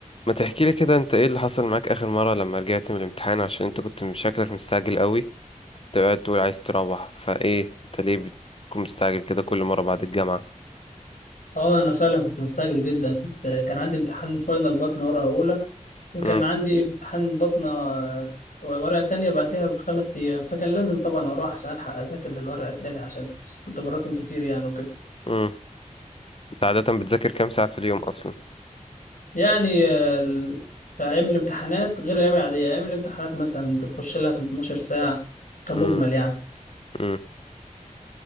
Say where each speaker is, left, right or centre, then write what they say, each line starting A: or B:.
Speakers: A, on the left; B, on the left.
A: ما تحكي لي كده انت ايه اللي حصل معاك اخر مرة لما رجعت من الامتحان عشان انت كنت من شكلك مستعجل قوي كنت قاعد تقول عايز تروح فايه انت ليه بتكون مستعجل كده كل مرة بعد الجامعة
B: اه انا فعلا كنت مستعجل جدا كنت كان عندي امتحان فاينل بطنه ورقه اولى وكان
A: امم
B: عندي امتحان بطنه آه، ورقه تانية بعدها بخمس ايام فكان لازم طبعا اروح عشان الحق اذاكر للورقه التانية عشان كنت مراكم كتير يعني وكده
A: امم انت عادة بتذاكر كام ساعة في اليوم اصلا
B: يعني آه، ال- في ايام الامتحانات غير الايام العاديه ايام الامتحانات مثلا بتخش لها في 12 ساعه كمجمل
A: امم
B: يعني
A: امم